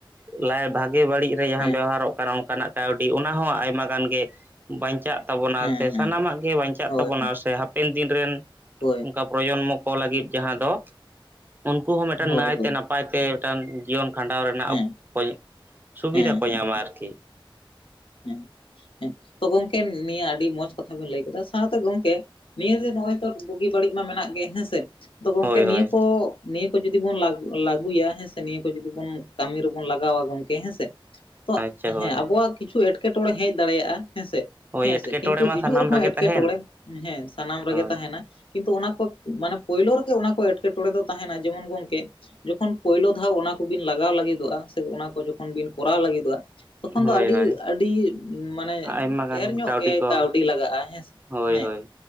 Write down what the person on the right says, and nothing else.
ᱞᱟᱭ ᱵᱷᱟᱜᱮ ᱵᱟᱹᱲᱤᱡ ᱨᱮ ᱡᱟᱦᱟᱸ
ᱵᱮᱣᱦᱟᱨᱚᱜ ᱠᱟᱱᱟ, ᱚᱱᱠᱟᱱᱟᱜ ᱠᱟᱹᱣᱰᱤ ᱚᱱᱟ ᱦᱚᱸ ᱟᱭᱢᱟ ᱜᱟᱱ ᱜᱮ ᱵᱟᱧᱪᱟᱜ ᱛᱟᱵᱚᱱᱟ
ᱥᱮ,
ᱥᱟᱱᱟᱢᱟᱜ ᱜᱮ ᱵᱟᱧᱪᱟᱜ
ᱛᱟᱵᱚᱱᱟ, ᱥᱮ ᱦᱟᱯᱮᱱ ᱫᱤᱱ ᱨᱮᱱ
ᱩᱱᱠᱟ ᱯᱨᱚᱡᱚᱱᱢᱚ ᱠᱚ ᱞᱟᱹᱜᱤᱫ ᱡᱟᱦᱟᱸ ᱫᱚ, ᱩᱱᱠᱩ ᱦᱚᱸ ᱢᱤᱫᱴᱟᱝ
ᱱᱟᱹᱭ
ᱛᱮ ᱱᱟᱯ ᱯᱟᱭ ᱛᱮ ᱢᱤᱫᱴᱟᱱ ᱡᱤᱭᱚᱱ ᱠᱷᱟᱸᱰᱟᱣ ᱨᱮᱱᱟᱜ,
ᱠᱚ ᱥᱩᱵᱤᱫᱷᱟ
ᱠᱚ
ᱧᱟᱢᱟ ᱟᱨᱠᱤ᱾
ᱦᱳᱭ ᱦᱳᱭ
ᱟᱪᱪᱷᱟ
ᱦᱳᱭ
ᱦᱳᱭ
ᱮᱴᱠᱮᱴᱚᱬᱮ
ᱢᱟ
ᱥᱟᱱᱟᱢ
ᱨᱮᱜᱮ
ᱛᱟᱦᱮᱱ
ᱦᱳᱭ
ᱦᱳᱭ
ᱦᱳᱭ
ᱟᱭᱢᱟ ᱜᱟᱱ
ᱠᱚ
ᱦᱳᱭ
ᱦᱳᱭ